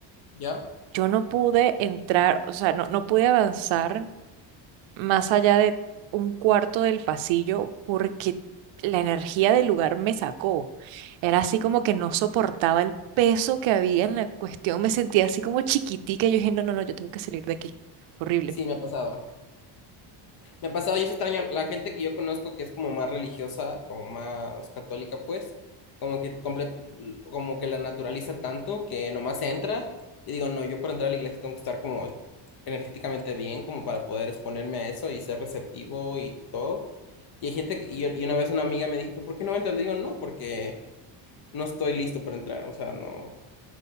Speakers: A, on the left; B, on the right.
A: ¿Ya?
B: Yo no pude entrar, o sea, no, no pude avanzar más allá de un cuarto del pasillo porque la energía del lugar me sacó. Era así como que no soportaba el peso que había en la cuestión. Me sentía así como chiquitica. Yo dije, no, no, no, yo tengo que salir de aquí. Horrible.
A: Sí, me ha pasado. Me ha pasado y es extraño, la gente que yo conozco que es como más religiosa, como más católica, pues, como que comple- como que la naturaliza tanto que nomás entra y digo, no, yo para entrar a la iglesia tengo que estar como energéticamente bien, como para poder exponerme a eso y ser receptivo y todo. Y hay gente que, y, yo- y una vez una amiga me dijo, "¿Pero ¿por qué no entras? Le digo, no, porque no estoy listo para entrar, o sea, no.